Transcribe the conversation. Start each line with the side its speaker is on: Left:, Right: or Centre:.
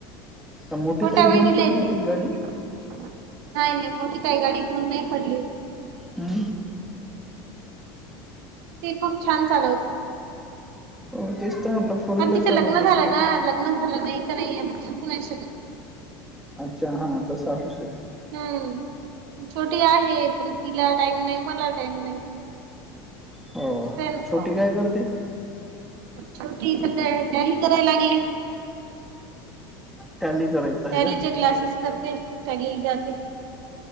Centre: तर मोठी
Right: छोट्या
Centre: ताई घेऊन
Right: वहिनीला
Centre: पडली
Right: येते.
Centre: होती गाडी.
Right: नाही नाही मोठी ताई गाडी घेऊन नाही पडली हो
Centre: हम्म.
Right: ती खूप छान चालवते.
Centre: हो तेच तर म्हटलं. फोर व्हीलर
Right: आन तिचं
Centre: चालवते
Right: लग्न झालंय
Centre: एक दिवस
Right: ना लग्न झालं नाही तर नाही शिकू नाही शकत.
Centre: अच्छा हा तसं असू शकते.
Right: हम्म छोटी आहे पण तिला टाईम नाही मला टाईम नाही.
Centre: हो
Right: असताय नको
Centre: छोटी काय करते
Right: छोटीचा काय टॅली कराय लागली.
Centre: टॅली करायचं आहे
Right: टॅलीचे
Centre: का
Right: क्लासेस करते टॅली जाते.